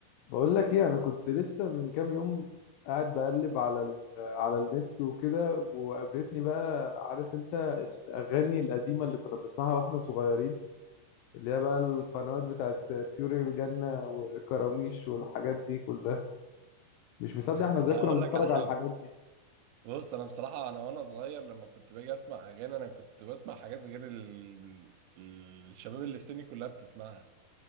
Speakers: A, on the left; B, on the right.
A: بقول لك ايه انا كنت لسه من كام يوم قاعد بقلب على ال... على النت وكده وقابلتني بقى عارف انت الاغاني القديمه اللي كنا بنسمعها واحنا صغيرين اللي هي بقى القنوات بتاعت طيور الجنه وكراميش والحاجات دي كلها مش مصدق احنا
B: لا
A: ازاي كنا
B: اقول
A: بنتفرج
B: لك على حاجه
A: على الحاجات دي
B: بص انا بصراحه انا وانا صغير لما كنت باجي اسمع اغاني انا كنت بسمع حاجات غير ال... الشباب اللي في سني كلها بتسمعها